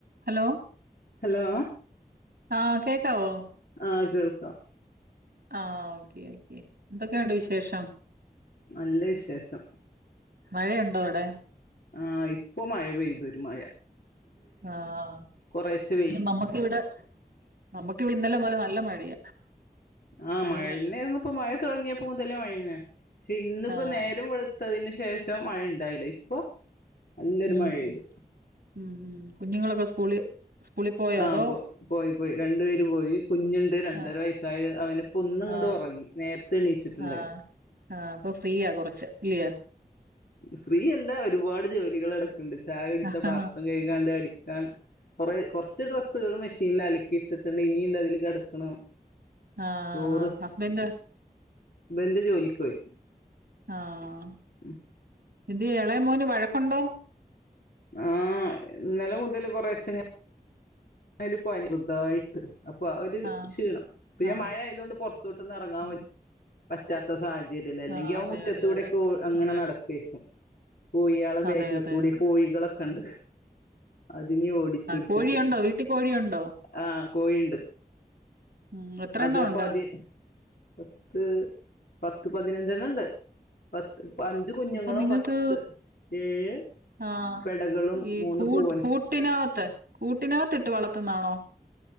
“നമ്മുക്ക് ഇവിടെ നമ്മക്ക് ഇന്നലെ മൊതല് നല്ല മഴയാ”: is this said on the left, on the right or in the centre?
Right